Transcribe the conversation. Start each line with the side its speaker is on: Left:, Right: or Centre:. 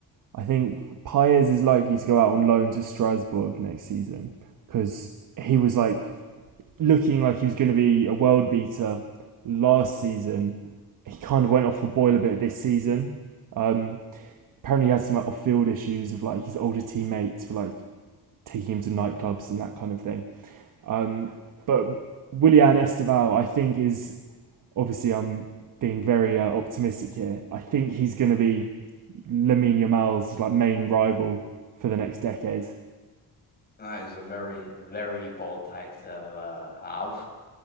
Right: I think Paez is likely to go out on loan to Strasbourg next season because he was like looking like he was going to be a world beater last season. He kind of went off the boil a bit this season. Um, apparently he has some like, off-field issues of like his older teammates were like taking him to nightclubs and that kind of thing. Um, but Willian Esteval, I think, is obviously I'm being very uh, optimistic here. I think he's going to be Lamine Yamal's like main rival for the next decade.
Left: That is a very, very bold take to uh, have.